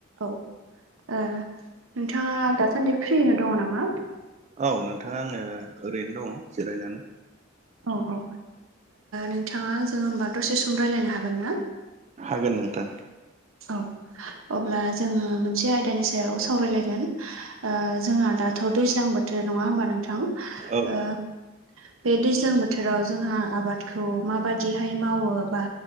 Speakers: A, on the right (about 80°); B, on the right (about 35°).
A: औ ओ नोंथांङा दासान्दि फ्रिनो दङ नामा?
B: औ नोंथां आङो ओरैनो दंङो जिरायनानै।
A: औ औ ओ नोंथांङा जों होमबा दसे सम रायज्लायनो हागोन ना?
B: हागोन नोंथां।
A: औ अब्ला जोंङो मोनसे आयदानि सायाव सावरायलायगोन ओ जोंहा दाथ' दैज्लां बोथोर नङा होमबा नोंथां ओ
B: औ
A: बे दैज्लां बोथोराव जोंहा आबादखौ माबाददिहाय मावो बा